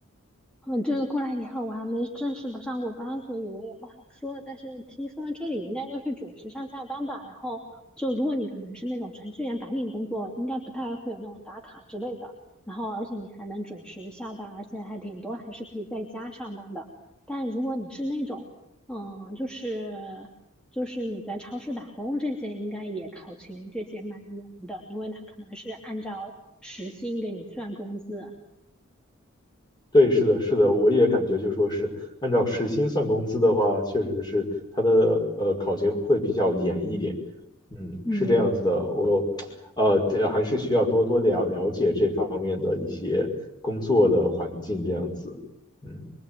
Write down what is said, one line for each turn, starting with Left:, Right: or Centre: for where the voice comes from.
Centre: 嗯，就是过来以后，我还没正式的上过班，所以我也不好说。但是听说这里应该都是准时上下班吧？然后就如果你可能是那种程序员白领工作，应该不太会有那种打卡之类的。然后而且你还能准时下班，而且还挺多还是可以在家上班的。但如果你是那种，嗯，就是就是你在超市打工这些，应该也考勤这些蛮严的，因为他可能是按照时薪给你算工资。
Left: 对，是的，是的，我也感觉就说是按照时薪算工资的话，确实是它的呃考勤会比较严一点。嗯，
Centre: 嗯。
Left: 是这样子的，我呃这还是需要多多了了解这方面的一些工作的环境这样子。嗯，